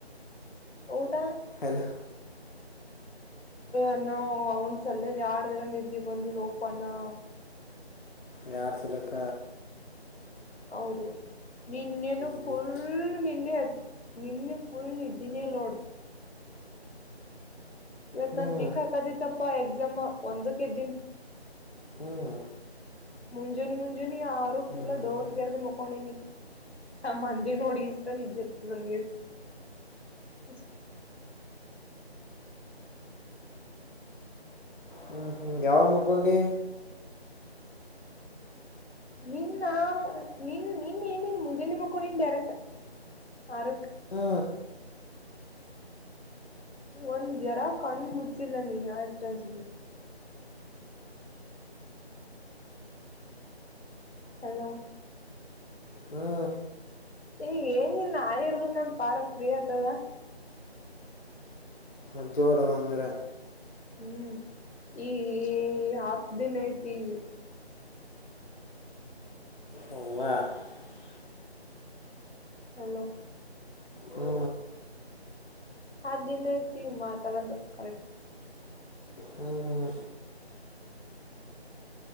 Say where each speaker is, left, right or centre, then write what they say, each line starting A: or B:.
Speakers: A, on the left (about 75°); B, on the left (about 50°).
A: ಊಟ
B: ಹನು
A: ಅ್ಣ ಅವನು ಸಲ್ಲ ಯಡುದ್ರ ನೆಜಿ ಬಂದ ಲೋಪಣಾ
B: ಬಾರಸಲ್ಲಕ
A: ಹೌದು ನಿನ್ನೆನು
B: ಎಡಿಟ್
A: ಫುಲ್ ನಿನ್ನೆ ಅದ ನಿನ್ನೆ ಫುಲ್ ನಿಿದ್ದಿನೇ ಲೋಡ್ ಇವತ್
B: ಹ್ಞೂ
A: ನಾನ್ ಟೀಕ್ ಹಾಕದತ್ತಪ್ಪಾ ಎಕ್ಸಾಮ್ ಒಂದಕ್ಕೆ ದನ್
B: ಹ್ಮ್
A: ಮುಂಜಾನೆ ಮುಂಜಾನಿ ಆರುಕ್
B: ಹ್ಞೂ
A: ಇಲ್ಲ ಡೋರ್ ತರ್ದ ಮಕೊಂಡನಿ ಮಂದಿ ನೋಡಿ ಇಷ್ಟ ನಿಿದ್ದೆ ಇರ್ತದಲ್ಲಿಗೆ ಅಷ್ಟ
B: ಹ್ಮ್ ಹ್ಮ್ ಯಾವ ಮುಕೊಂಡಿ
A: ನಿನ್ನ ನಿನ್ ನಿನ್ ಏನನ್ ಮುಂಜಾನ ನಿಮ್ಮ ಕೊಡನ್ ಡೈರೆಕ್ಟ್ ಆರ
B: ಹಾ
A: ಒಂದ ಜರಾ ಕಣ್ಣು ಮುಚ್ಚಿಲ್ಲ ನೀನ್ಾಚಚ ಹಲೋ
B: ಹ್ಞೂ
A: ಈಗ ಏನಿನ್ ಆರ್್ದ ನಮ ಪಾರ ಪ್ರೀ ಆತದ
B: ಅ ಜೋರದ ಅಂದ್ರೆ
A: ಹ್ಮ್ ಈ ಹಕ್ ದಿನ ಐತಿ ಈ
B: ಹ
A: ಹಲೋ
B: ಹ್ಞೂ
A: ಹಿನ ಐತಿ ಮಾತಾಡದು ಕರೆಕ್ಟ್
B: ಹ್ಞೂ ಹ್ಞೂ